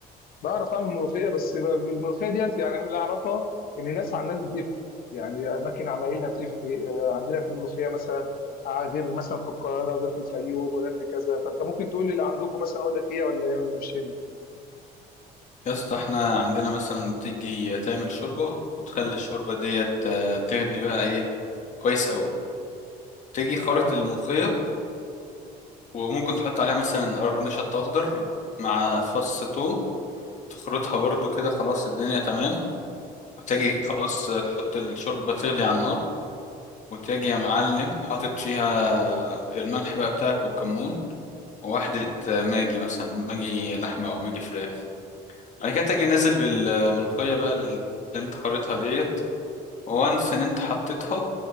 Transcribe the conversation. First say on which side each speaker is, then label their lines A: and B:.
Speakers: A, on the left; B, on the left.
A: بعرف اعمل ملوخيه بس ب- الملوخيه ديت يعني انا اللي اعرفها ان الناس عن الناس بتفرق يعني اماكن عمايلها بتفرق آه، عندنا في الملوخيه مثلا آه، غير مثلا في القاهره غير في الفيوم غير في كذا فانت ممكن تقول اللي عندكم مثلا اقول لك ايه ولا ايه ولا مش ايه
B: يا اسطى احنا عندنا مثلا بتيجي تعمل شوربة وتخلي الشوربة ديت آه، تغلي بقى ايه كويس قوي تيجي
A: تمام
B: خرط الملوخية وممكن تحط عليها مثلا قرن شط اخضر مع فص ثوم تخرطها برضو كده خلاص الدنيا تمام وتجي خلاص آه، تحط الشوربة تغلي على النار وتجي يا معلم حاطط فيها الملح بقى بتاعك والكمون واحدة آه، ماجي مثلا ماجي لحمة أو ماجي فراخ بعد كده تجي نازل بالملقية بقى اللي أنت خريطها ديت وانس إن أنت حطيتها